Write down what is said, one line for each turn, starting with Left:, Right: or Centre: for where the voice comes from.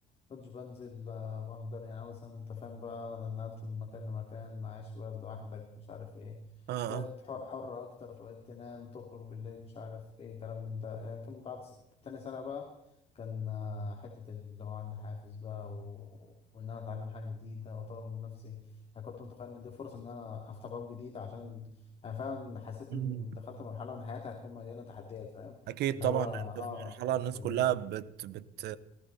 Left: كنتش بنزل آه، بحضر يعني أول سنة أنت فاهم بقى نقلت من مكان لمكان عايش بقى لوحدك مش عارف إيه
Right: اه
Left: بقت ح- حرة أكتر فبقيت تنام تخرج بالليل مش عارف إيه كلام من ده لكن بعد س- تاني سنة بقى كان آه، حتة اللي هو عندي حافز بقى و... وإن أنا أتعلم حاجة جديدة وأطور من نفسي أنا كنت متخيل إن دي فرصة إن أنا أفتح باب جديد عشان أنا فعلا حسيت
Right: اه
Left: إن دخلت مرحلة من حياتي هتكون مليانة تحديات فاهم
Right: اكيد
Left: اللي
Right: طبعا
Left: هو آه
Right: انت في مرحله
Left: أنا
Right: الناس
Left: في كلية
Right: كلها بت بت